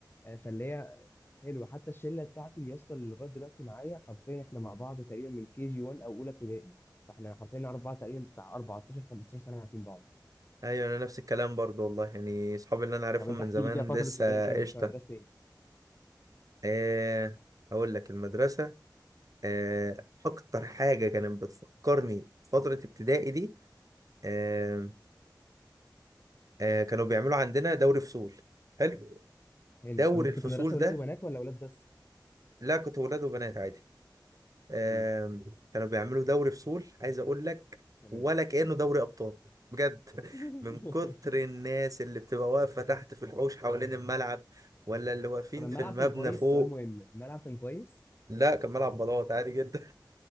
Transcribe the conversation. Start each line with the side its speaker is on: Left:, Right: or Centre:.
Left: آه، فاللي هي حلوه حتى الشله بتاعتي يا اسطى اللي لغايه دلوقتي معايا حرفيا احنا مع بعض تقريبا من كي جي 1 او اولى ابتدائي فاحنا حرفيا نعرف بعض تقريبا بتاع 14 15 سنه عارفين بعض
Right: ايوه انا نفس الكلام برضو والله يعني اصحابي اللي انا عارفهم
Left: طب انت
Right: من
Left: احكي
Right: زمان
Left: لي كده فتره
Right: لسه
Left: ابتدائي كانت
Right: قشطة
Left: في مدرسه ايه
Right: أه هقول لك المدرسة آه، اكتر حاجه كانت بتفكرني بفتره ابتدائي دي آه، آه، كانوا بيعملوا عندنا دوري فصول حلو
Left: حلو
Right: دوري
Left: انت
Right: الفصول
Left: كنت مدرسه ولاد
Right: ده
Left: وبنات ولا ولاد بس
Right: لا كنت ولاد وبنات عادي آه،
Left: حلو
Right: كانوا بيعملوا دوري فصول عايز اقول لك
Left: تمام
Right: ولا كانه دوري ابطال بجد
Left: <laughs>
Right: <laughs> من كتر الناس اللي بتبقى واقفه تحت في الحوش حوالين الملعب ولا اللي واقفين
Left: طب الملعب
Right: في المبنى
Left: كان كويس
Right: فوق
Left: سؤال مهم الملعب كان كويس
Right: لا كان ملعب بلاط عادي جدا